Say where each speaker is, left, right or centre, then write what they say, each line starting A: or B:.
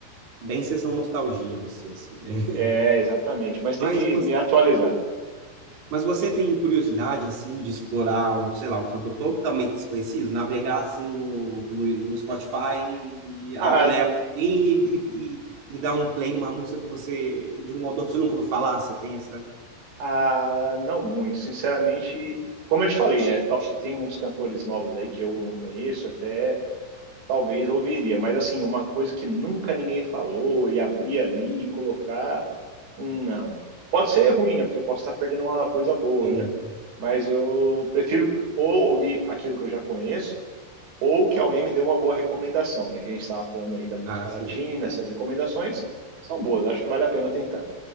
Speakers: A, on the right; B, on the right.
A: bem sessão nostalgia você, assim, né? <laughs>
B: É, exatamente. Mas tem
A: Mas
B: que
A: você
B: me atualizar.
A: Mas você tem curiosidade, assim, de explorar, um, sei lá, um cantor totalmente desconhecido? Navegar, assim, no, no, no Spotify, e, ao
B: Ah,
A: léu, assim, e, e, e, e dar um play numa música que você, de um modo que você nunca ouviu falar? Você tem essa...
B: ah, não muito. Sinceramente, como eu te falei, né? tal- Tem uns cantores novos aí que eu não conheço, até talvez ouviria. Mas assim, uma coisa que nunca ninguém falou e abrir ali e colocar, hum, não. Pode ser ruim, né? Porque eu posso estar perdendo uma coisa boa,
A: É,
B: né? Mas eu prefiro ou ouvir aquilo que eu já conheço ou que alguém me deu uma boa recomendação, né? Que a gente estava falando aí da música
A: ah, sim.
B: latina,
A: É,
B: essas recomendações são boas, acho que vale a pena tentar.